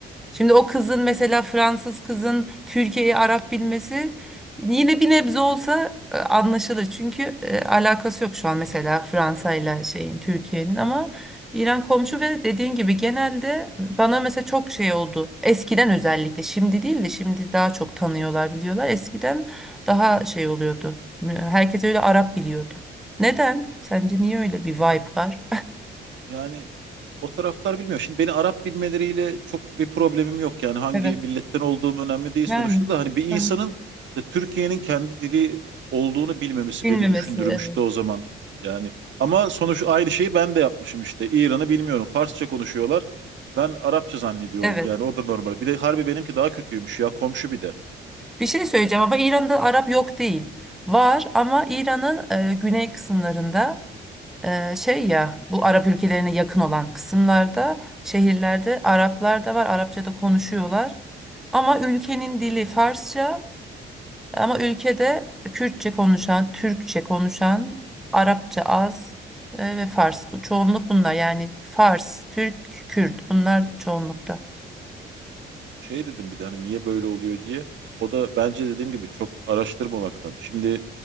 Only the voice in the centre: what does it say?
Şimdi o kızın mesela Fransız kızın Türkiye'yi Arap bilmesi yine bir nebze olsa e, anlaşılır. Çünkü e, alakası yok şu an mesela Fransa ile şeyin Türkiye'nin ama İran komşu ve dediğin gibi genelde bana mesela çok şey oldu. Eskiden özellikle şimdi değil de şimdi daha çok tanıyorlar biliyorlar. Eskiden daha şey oluyordu. Herkes öyle Arap biliyordu. Neden? Sence niye öyle bir vibe var?
Evet.
Yani.
Hani
Bilmemesi.
Evet.
Evet.
Bir şey söyleyeceğim ama İran'da Arap yok değil. Var ama İran'ın e, güney kısımlarında e, şey ya bu Arap ülkelerine yakın olan kısımlarda şehirlerde Araplar da var. Arapça da konuşuyorlar. Ama ülkenin dili Farsça ama ülkede Kürtçe konuşan, Türkçe konuşan, Arapça az e, ve Fars. Bu çoğunluk bunlar yani Fars, Türk, Kürt bunlar çoğunlukta.